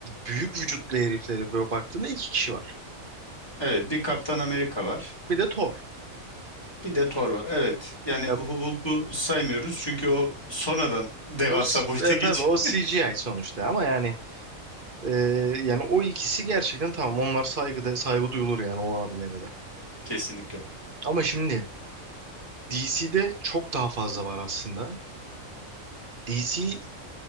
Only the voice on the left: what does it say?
Evet bir Kaptan Amerika var.
Bir de Thor var. Evet. Yani
Hulk'u saymıyoruz çünkü o sonradan devasa
boyuta
geçiyor.
<laughs> Kesinlikle.